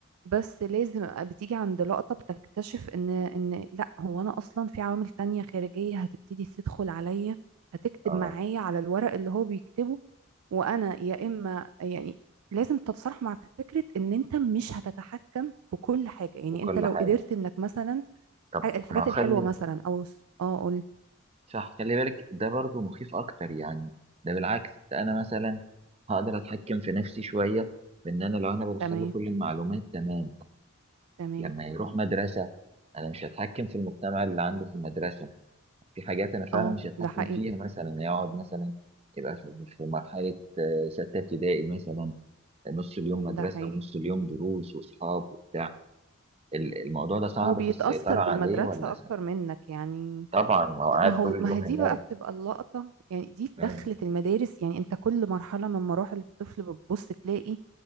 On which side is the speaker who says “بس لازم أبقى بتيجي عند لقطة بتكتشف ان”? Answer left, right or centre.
Right